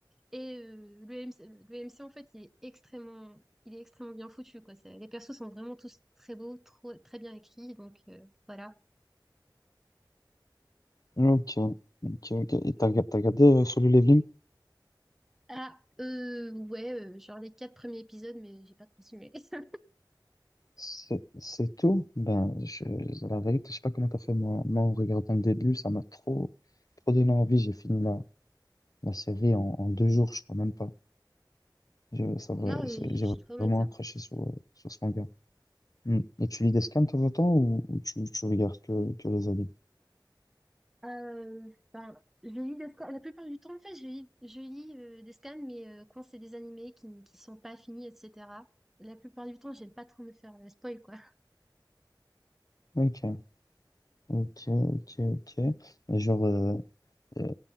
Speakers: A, in the centre; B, on the left (about 50°).
A: Et euh, le MC, le MC, en fait, il est extrêmement, il est extrêmement bien foutu, quoi. C'est- Les persos sont vraiment tous très beaux, trop, très bien écrits, donc euh, voilà.
B: Ok, ok, ok. Et t'as, rega- t'as regardé euh, Solo Leveling?
A: Ah, euh, ouais, euh, genre les quatre premiers épisodes, mais j'ai pas continué. <laughs>
B: C'est c'est tout. Ben, je, la vérité, je sais pas comment t'as fait. Moi, moi, en regardant le début, ça m'a trop, trop donné envie. J'ai fini la, la série en, en deux jours, je crois même pas. Je- ça va-
A: Non, euh,
B: c'est- J'ai
A: j'ai pas maté.
B: vraiment
A: ça.
B: accroché sur, euh, sur ce manga. Mm. Et tu lis des scans de temps en temps ou, ou tu, tu regardes que, que les animes?
A: Euh, ben, je lis des scans. La plupart du temps, en fait, je lis, je lis euh, des scans, mais euh, quand c'est des animés qui, n- qui sont pas finis, etc. La plupart du temps, j'aime pas trop me faire euh, spoil, quoi.
B: Ok, ok, ok, ok. Et genre, euh, euh,